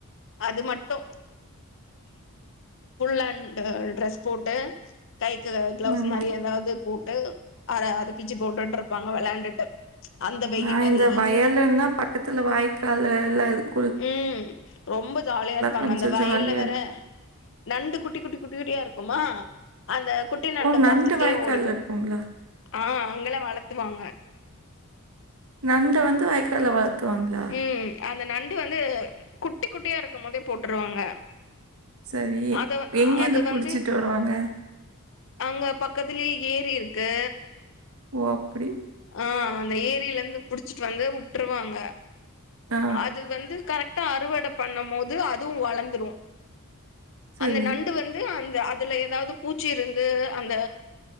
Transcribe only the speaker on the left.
அது மட்டு ஃபுல் அண் டு டிரெஸ் போட்டு கைக்கு கிளவுஸ்
மாரி ஏதாவது போட்டு அர அத பிச்சி போட்டுட்டு இருப்பாங்க வெளாண்டுட்டு அந்த வெயில்
இங்க
ம் ரொம்ப ஜாலியா இருப்பாங்க
அந்த வயல்ல
வேற
நண்டு குட்டி குட்டி குட்டி குட்டியா இருக்குமா அந்த குட்டி நண்ட
தொரத்திக்கிட்டே
ஓடுது
ஆ அங்கள வளத்துவாங்க
ம் அந்த நண்டு வந்து குட்டி குட்டியா இருக்கும் போதே போட்டுருவாங்க
அத
அது
வந்து
அங்க பக்கத்துலயே ஏரி இருக்கு
அ அந்த ஏரியில இருந்து புடிச்சிட்டு வந்து விட்டுருவாங்க
அது வந்து கரெக்டா அறுவடை பண்ணும் போது அதுவு வளந்துரு
அந்த நண்டு வந்து அந்த அ அதுல ஏதாவது பூச்சி இருந்து அந்த